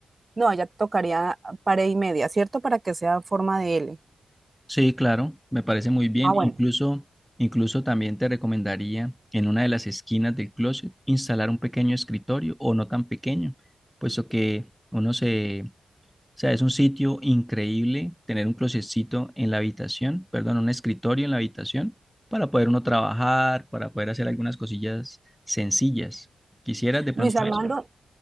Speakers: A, on the right; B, in the centre.
A: No, ya tocaría ah, pared y media, ¿cierto? Para que sea en forma de L.
B: Sí, claro, me parece muy bien.
A: Ah, bueno.
B: Incluso, incluso también te recomendaría en una de las esquinas del closet instalar un pequeño escritorio o no tan pequeño, puesto que uno se, O sea, es un sitio increíble tener un closetcito en la habitación, perdón, un escritorio en la habitación para poder uno trabajar, para poder hacer algunas cosillas sencillas. ¿Quisieras de
A: Luis
B: pronto
A: Armando,
B: eso?